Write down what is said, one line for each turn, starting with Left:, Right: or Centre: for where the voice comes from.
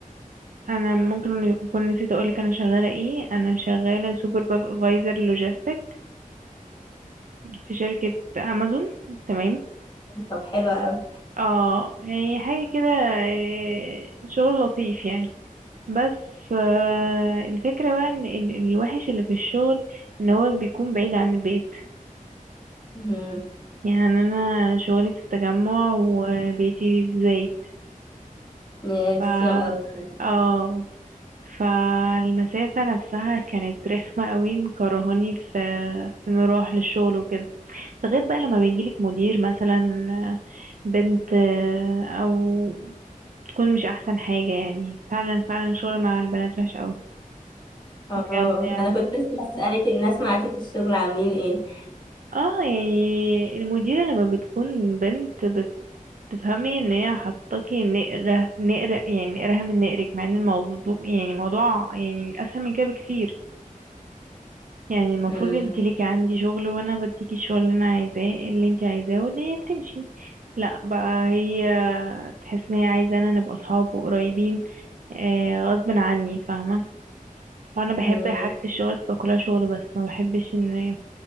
Right: انا ممكن اكون نسيت اقولك انا شغاله ايه انا شغاله سوبرفايزر لوجيستيك في شركه امازون تمام
Left: طب حلو قوي
Right: اه يعني حاجه كده آه، شغل لطيف يعني بس آه، الفكرة بقى ان ال- الوحش اللي في الشغل ان هو بيكون بعيد عن البيت
Left: مم.
Right: يعني انا شغلي في التجمع وبيتي في الزايد
Left: يا
Right: ف
Left: كتير قوي
Right: اه فالمسافة نفسها كانت رخمة قوي مكرهاني في في المروح للشغل وكده ده غير بقى لما بيجيلك مدير مثلا بنت آه، او تكون مش احسن حاجة يعني فعلا فعلا الشغل مع البنات وحش قوي
Left: اه
Right: بجد يعني
Left: أنا كنت لسه أسألك الناس معاكي في الشغل عاملين ايه
Right: اه يعني المديرة لما بتكون بنت بتفهمي ان هي حطاكي نقرة نقرة يعني نقرها من نقرك مع ان الموضوع يعني موضوع يعني اسهل من كده بكتير يعني المفروض
Left: مم.
Right: انت ليكي عندي شغل وانا بديكي الشغل اللي انا عايزاه اللي انت عايزاه والدنيا بتمشي لا بقى هي تحس ان هي عايزة انا نبقى اصحاب وقريبين آه غصب عني فاهمة وانا بحب
Left: مم.
Right: حاجة الشغل تبقى كلها شغل بس ما بحبش ان